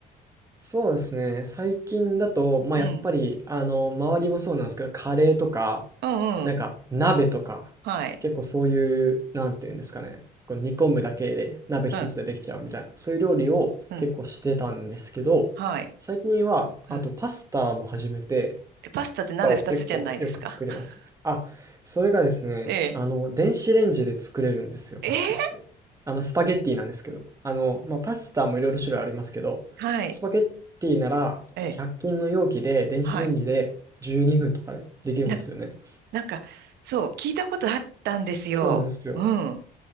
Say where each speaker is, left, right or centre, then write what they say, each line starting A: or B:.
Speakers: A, on the right; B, on the right.
A: そうですね。最近だと、まあ、
B: うん。
A: やっぱり、あの、周りもそうなんですけど、カレーとか、
B: うんうん。
A: なんか、鍋とか、
B: はい。
A: 結構そういう、なんていうんですかね、こう煮込むだけで、鍋一つでできちゃうみたいな、
B: うん。
A: そういう料理を結構してたんですけど、
B: うん。はい。
A: 最近は、
B: うん。
A: あとパスタも始めて、
B: えパスタって鍋二つじゃないですか。
A: スパを結構よく作りますね。
B: <laughs>
A: あ、それがですね、
B: ええ
A: あの、電子レンジで作れるんですよ、
B: えー
A: パスタって。あの、スパゲッティなんですけど。あの、まあ、パスタもいろいろ種類ありますけど、
B: はい。
A: スパゲッティなら100均の容器で電子レンジで12分とかでできるんですよね。
B: ええ。はい。な、なんか、そう、聞いたことあったんですよ。
A: そうなんですよ。
B: うん。